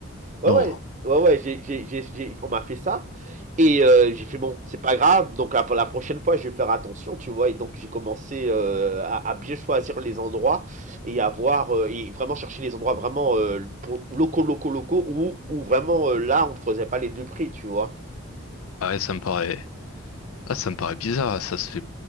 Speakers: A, on the right; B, on the left.
A: Ouais,
B: Non.
A: ouais, ouais, ouais, j'ai j'ai j'ai j'ai on m'a fait ça Et euh, j'ai fait bon, c'est pas grave. Donc la, la prochaine fois, je vais faire attention, tu vois. Et donc j'ai commencé euh, à, à bien choisir les endroits et à voir euh, et vraiment chercher les endroits vraiment euh, pour locaux, locaux, locaux où où vraiment euh, là on ne faisait pas les deux prix, tu vois.
B: Ah ouais, ça me paraît. Ah, ça me paraît bizarre, ça se fait.